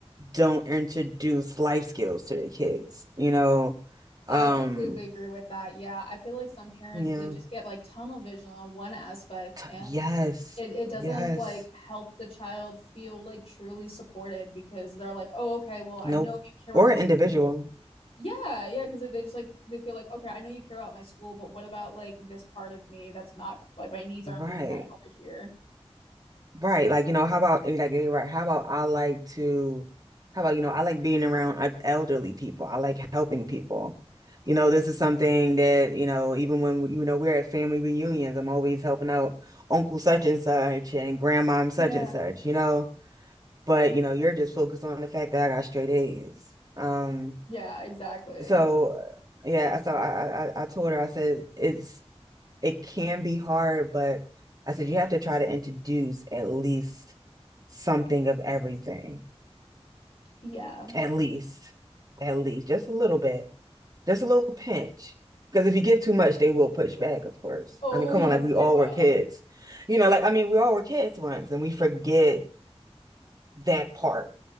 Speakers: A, on the right (about 35°); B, on the left (about 60°).
A: don't introduce life skills to their kids, you know. Um,
B: I completely agree with that. Yeah, I feel like some parents
A: yeah.
B: they just get like tunnel vision on one aspect,
A: T-
B: and
A: Yes,
B: it, it doesn't
A: yes.
B: like help the child feel like truly supported because they're like, oh, okay, well, I
A: No,
B: know you care
A: or
B: about my
A: an
B: school.
A: individual.
B: Yeah, yeah, because they just like they feel like, okay, I know you care about my school, but what about like this part of me that's not like my needs aren't
A: Right,
B: being met over here?
A: right. Like, you know, how about eh, like, eh, right? How about I like to, how about, you know, I like being around uh, elderly people. I like helping people. You know, this is something that, you know, even when, we- you know, we're at family reunions, I'm always helping out Uncle such and such and Grandmom
B: Yeah.
A: such and such, you know. But, you know, you're just focused on the fact that I got straight A's. Um,
B: Yeah, exactly.
A: so uh, yeah, so I, I I I told her, I said, it's it can be hard, but I said you have to try to introduce at least something of everything.
B: Yeah.
A: At least, at least, just a little bit, just a little pinch. Because if you give too much, they will push back, of course.
B: Oh,
A: I mean, come
B: yes,
A: on, like we
B: they
A: all
B: will.
A: were kids. You know, like I mean, we all were kids once and we forget that part.